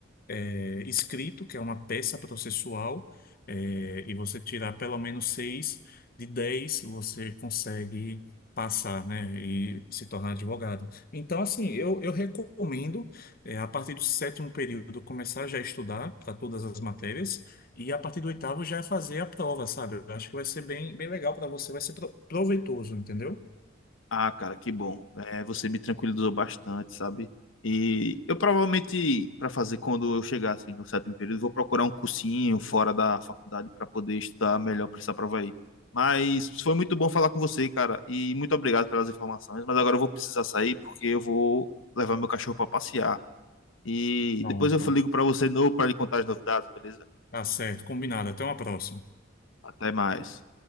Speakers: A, on the left; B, on the left.
A: é, escrito, que é uma peça processual, é, e você tirar pelo menos seis de dez, você consegue passar, né, e se tornar advogado. Então, assim, eu, eu recomendo, é, a partir do sétimo período, começar já a estudar para todas as matérias, e a partir do oitavo já fazer a prova, sabe? Eu acho que vai ser bem, bem legal para você, vai ser pro- proveitoso, entendeu?
B: Ah, cara, que bom. É, você me tranquilizou bastante, sabe? E eu provavelmente, para fazer quando eu chegar assim, no sétimo período, vou procurar um cursinho fora da faculdade para poder estudar melhor para essa prova aí. Mas foi muito bom falar com você, cara, e muito obrigado pelas informações. Mas agora eu vou precisar sair porque eu vou levar meu cachorro para passear. E
A: Pronto.
B: depois eu ligo para você de novo para lhe contar as novidades, beleza?
A: Tá certo, combinado. Até uma próxima.
B: Até mais.